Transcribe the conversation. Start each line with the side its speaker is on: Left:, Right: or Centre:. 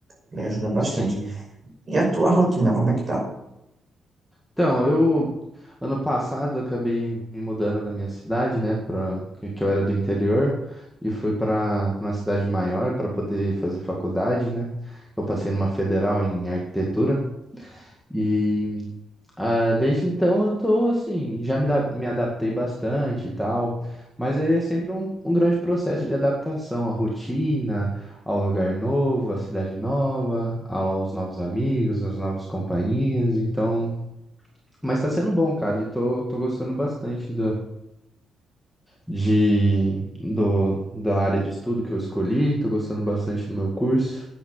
Right: Me ajuda bastante.
Centre: sim.
Right: E a tua rotina, como é que tá?
Centre: Então, eu, ano passado, eu acabei me mudando da minha cidade, né, para que que eu era do interior, e fui para uma cidade maior para poder fazer faculdade, né? Eu passei numa federal em arquitetura. E Ah, desde então eu tô assim, já me, da- me adaptei bastante e tal, mas aí é sempre um, um grande processo de adaptação à rotina, ao lugar novo, à cidade nova, aos novos amigos, às novas companhias, então. Mas tá sendo bom, cara, e tô, tô gostando bastante de do, da área de estudo que eu escolhi, tô gostando bastante do meu curso